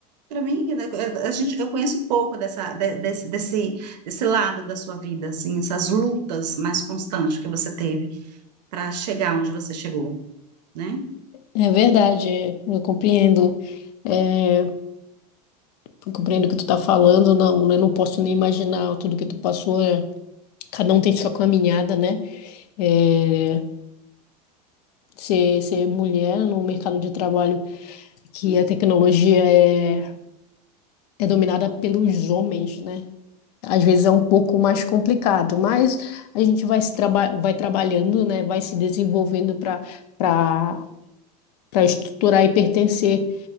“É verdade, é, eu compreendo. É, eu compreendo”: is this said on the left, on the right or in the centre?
Left